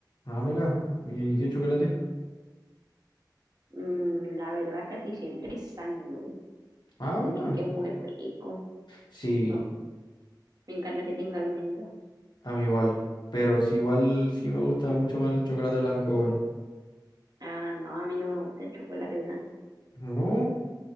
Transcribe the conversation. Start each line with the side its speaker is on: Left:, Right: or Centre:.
Left: Ah, mira, ¿y qué chocolate?
Right: Mm, la verdad casi siempre es San Inú.
Left: Ah, bueno.
Right: Es que es muy rico.
Left: Sí,
Right: Oh, me encanta que tenga almendras.
Left: a mí igual. Pero sí, igual sí me gusta mucho más el chocolate blanco. weón.
Right: Ah, no, a mí no me gusta el chocolate blanco.
Left: No.